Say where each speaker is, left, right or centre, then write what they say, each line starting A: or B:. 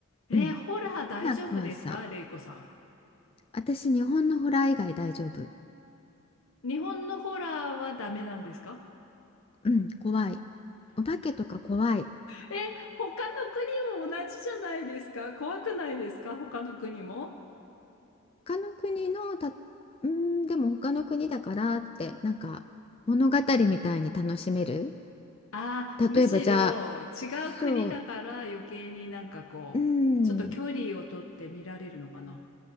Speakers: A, on the left; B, on the left.
A: え、
B: うん。
A: ホラー大丈夫ですかレイコさ
B: 変な怖さ。私、日本のホラー以外大丈夫。
A: ん。日本のホラーはダメなんですか
B: うん、怖い。お化けとか怖い。
A: え、他の国も同じじゃないですか怖くないですか他の国も。
B: 他の国のた、うん、でも他の国だからって、なんか物語みたいに楽しめる。
A: ああ、むしろ違う国だから余計になんかこう、
B: 例えばじゃあ、そう、うん、
A: ちょっと距離をとって見られるのかな。